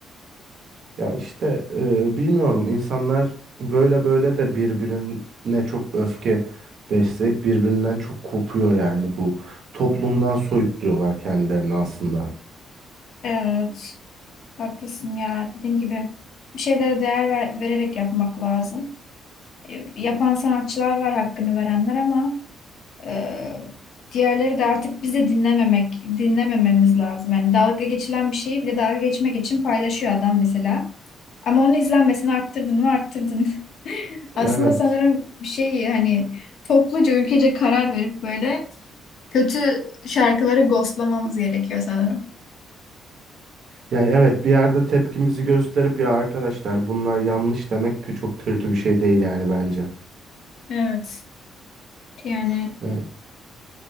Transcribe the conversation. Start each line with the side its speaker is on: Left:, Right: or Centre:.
Right: Ya işte e, bilmiyorum insanlar böyle böyle de birbirine çok öfke besleyip birbirinden çok kopuyor yani bu toplumdan soyutluyorlar kendilerini aslında.
Left: Evet haklısın ya dediğim gibi bir şeylere değer ver- vererek yapmak lazım. E, Yapan sanatçılar var hakkını verenler ama Ee, diğerleri de artık bize dinlememek, dinlemememiz lazım. Yani dalga geçilen bir şeyi bile dalga geçmek için paylaşıyor adam mesela. Ama onun izlenmesini arttırdın mı arttırdın. <laughs>
Right: Evet.
Left: Aslında sanırım bir şey hani topluca ülkece karar verip böyle kötü şarkıları ghostlamamız gerekiyor sanırım.
Right: Yani evet bir yerde tepkimizi gösterip ya arkadaşlar bunlar yanlış demek ki çok kötü bir şey değil yani bence.
Left: Evet. Yani
Right: Evet,